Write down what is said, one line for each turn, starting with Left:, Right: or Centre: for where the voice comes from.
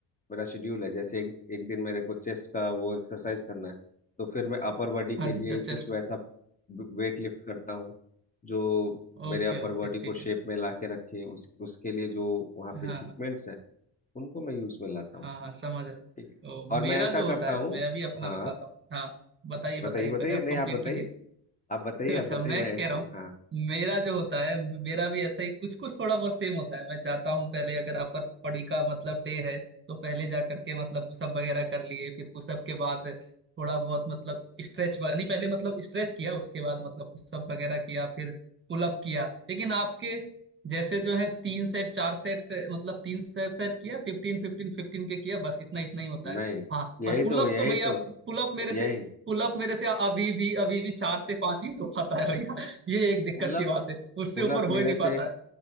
Left: मेरा शेड्यूल है जैसे एक, एक दिन मेरे को चेस्ट का वो एक्सरसाइज करना है तो फिर मैं अपर बॉडी के
Right: हाँ जी
Left: लिए
Right: चेस्ट
Left: कुछ वैसा वेट लिफ्ट करता हूँ जो
Right: ओके
Left: मेरे अपर
Right: ओके
Left: बॉडी
Right: ठीक
Left: को शेप
Right: है
Left: में ला के रखे उस उसके लिए जो वहाँ
Right: हाँ
Left: पे इक्विपमेंट्स
Right: हाँ
Left: हैं उनको मैं यूज में लाता
Right: हाँ
Left: हूँ
Right: हाँ समझ रहा हूँ
Left: ठीक है
Right: तो
Left: और
Right: मेरा
Left: मैं ऐसा
Right: जो
Left: करता
Right: होता है
Left: हूँ
Right: मैं अभी अपना
Left: हाँ
Right: बताता हूँ हाँ बताइए बताइए
Left: बताइए बताइए
Right: पहले आप
Left: नहीं
Right: कंप्लीट
Left: आप बताइए
Right: कीजिए
Left: आप बताइए
Right: <laughs> अच्छा
Left: आप बताइए
Right: मैं
Left: मैं
Right: कह
Left: एक-
Right: रहा हूँ
Left: हाँ
Right: मेरा जो होता है मेरा भी ऐसा ही कुछ कुछ थोड़ा बहुत सेम होता है मैं जाता हूँ पहले अगर अपर बॉडी का मतलब डे है तो पहले जा करके मतलब पुशअप वगैरह कर लिए फिर पुशअप के बाद थोड़ा बहुत मतलब स्ट्रेच नहीं पहले मतलब स्ट्रेच किया उसके बाद मतलब पुशअप वगैरह किया फिर पुलअप किया लेकिन आपके जैसे जो है तीन सेट चार सेट मतलब तीन सेट सेट किया फिफ्टीन फिफ्टीन फिफ्टीन के किया बस इतना इतना ही होता है
Left: नहीं
Right: हाँ
Left: यही
Right: और पुलअप
Left: तो यही
Right: तो भैया
Left: तो
Right: पुलअप मेरे
Left: यही
Right: से पुलअप मेरे से अभी भी अभी भी चार से पांच ही हो पाता है भैया ये एक दिक्कत
Left: पुलअप
Right: की बात है उससे
Left: पुलअप
Right: ऊपर
Left: मेरे
Right: हो ही नहीं
Left: से
Right: पाता है